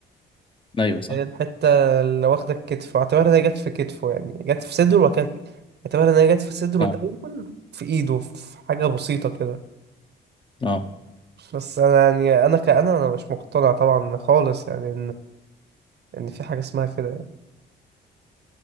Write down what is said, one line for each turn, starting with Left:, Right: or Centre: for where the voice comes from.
Left: ايوه صح
Right: الحتة اللي واخدة الكتف واعتبرها ان هي جت في كتفه يعني جت في صدره وبعد كده اعتبرها ان هي جت في صدره
Left: اه
Right: الاول في ايده في حاجة بسيطة كده
Left: اه
Right: بس انا يعني انا كأنا انا مش مقتنع طبعا خالص يعني يعني في حاجة اسمها كده يعني